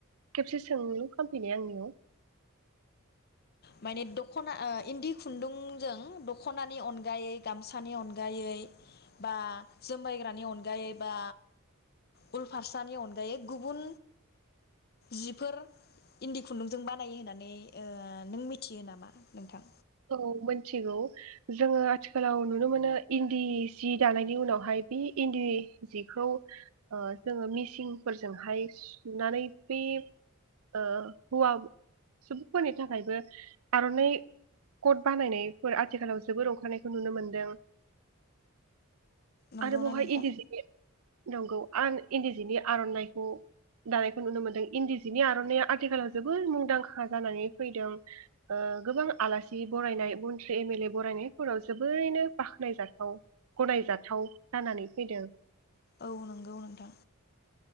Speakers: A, on the right; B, on the left.
A: खेबसे सोंलु खालामफिनाय आंनियाव।
B: माने दख'ना ओ इन्दि खुन्दुंजों दख'नानि अनगायै गामसानि अनगायै बा जोमबायग्रानि अनगायै बा उल फारसानि अनगायै गुबुन जिफोर इन्दि खुन्दुंजों बानायो होननानै। ओ नों मिथियो नामा नोंथां?
A: औ मोनथिगौ, जोङो आथिखालाव नुनो मोनो इन्दि जि दानायनि उनावहाय बे इन्दि जिखौ ओ जोङो मिसिंफोरजोंहाय सुनानै बे ओ हौवा सुबुंफोरनि थाखायबो आर'नाइ कट बानायनायफोर आथिखालाव जोबोर अंखारनायखौ नुनो मोनदों।
B: नंगौना
A: आरो बौहाय
B: नोंथां
A: इन्दि जिनि नंगौ। आन इन्दि जिनि आर'नाइखौ दानायखौ नुनो मोनदों, इन्दि जिनि आर'नाइया आथिखालाव जोबोद मुंदांखा जानानै फैदों ओ गोबां आला- सि बरायनाय मन्त्रि एम एल ए बरायनायफोराव जोबोरैनो बाख्नायजाथाव गनायजाथाव जानानै फैदों।
B: औ नंगौ नोंथां